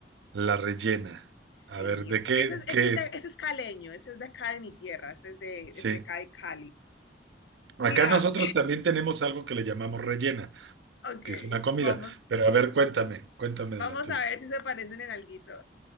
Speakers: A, on the right (about 85°); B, on the left (about 75°).
A: La rellena.
B: Sí,
A: A ver, ¿de qué,
B: ese es, ese
A: qué
B: es, de,
A: es?
B: ese es caleño, ese es de acá de mi tierra, ese es de, es
A: Sí.
B: de acá de Cali.
A: Acá
B: Mira,
A: nosotros también tenemos algo que le llamamos rellena,
B: <laughs> ok,
A: que es una comida,
B: vamos,
A: pero a ver, cuéntame, cuéntame
B: vamos
A: de la tuya.
B: a ver si se parecen en alguito.